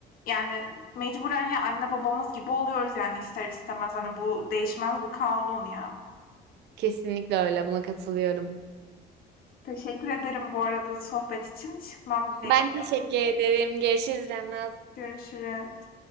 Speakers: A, on the left (about 60°); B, on the right (about 80°).
A: Yani, mecburen ya anne babamız gibi oluyoruz, yani, ister istemez. Hani, bu değişmez bir kanun ya.
B: Kesinlikle öyle buna katılıyorum.
A: Teşekkür ederim bu arada sohbet için. Çıkmam gerekiyor.
B: Ben teşekkür ederim. Görüşürüz Remnaz.
A: Görüşürüz.